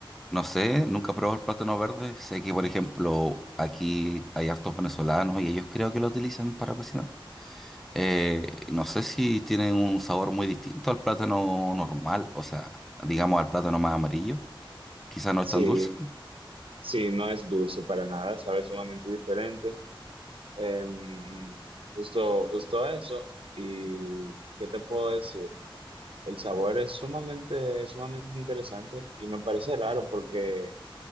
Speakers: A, in the centre; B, on the right.
A: no sé, nunca he probado el plátano verde. Sé que, por ejemplo, aquí hay hartos venezolanos y ellos creo que lo utilizan para cocinar. Eh, no sé si tienen un sabor muy distinto al plátano normal, o sea, digamos al plátano más amarillo. Quizás no
B: Sí,
A: es tan dulce.
B: sí, no es dulce para nada, sabe sumamente diferente. Em, justo, justo eso. ¿Y qué te puedo decir? El sabor es sumamente, sumamente interesante y me parece raro porque